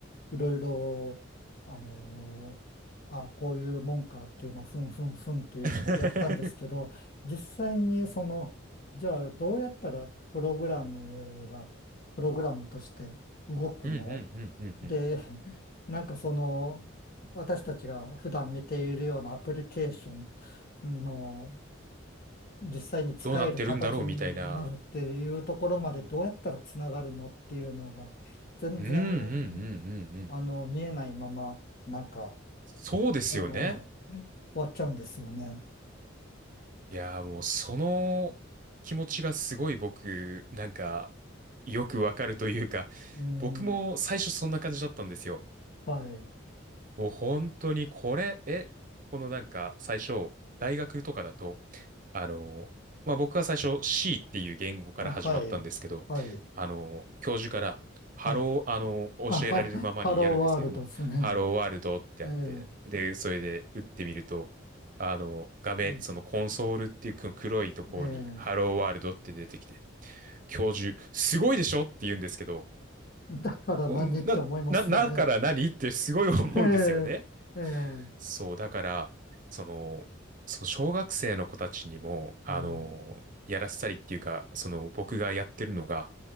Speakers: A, on the left; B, on the right.
A: いろいろ、あのあ、こういうもんかっていうのをふんふんふんっていうのはやったんですけど、
B: <laughs>
A: 実際にそのじゃあ、どうやったらプログラムが、プログラムとして動くの
B: うんうんうんうんうん。
A: で、<laughs> なんかその、私たちが普段見ているようなアプリケーションの実際に使える形になるっていうところまでどうやったらつながるのっていうのが、
B: どうなってるんだろうみたいな。
A: 全然、
B: うんうんうんうんうん。
A: あの、見えないまま、なんか、
B: そうですよね。
A: あの、終わっちゃうんですよね。
B: いやーもうその気持ちがすごい僕なんかよくわかるというか
A: うん、
B: 僕も最初そんな感じだったんですよ。
A: はい。
B: もう本当にこれえこのなんか最初大学とかだとあの、まあ、僕は最初 C っていう言語から始まったんですけど、
A: あ、はい。はい。
B: あの、教授から、ハロー、
A: はい。
B: あの、教えられるままにやるんですけれども、
A: あ、ハロ、ハローワールドですね。
B: ハローワールドってあって、
A: ええ、
B: で、それで打ってみると、あの、画面、
A: うん
B: そのコンソールっていうこの黒いところに、
A: え
B: ハローワールドって出てきて、教授、すごいでしょって言うんですけど、
A: え、だから何って思いますよね。
B: おな、な、だから何ってすごい思うんですよね。
A: ええ、ええ、
B: そう、だから、その、その小学生の子たちにも、あの、
A: うん、
B: やらせたりっていうか、その僕がやってるのが、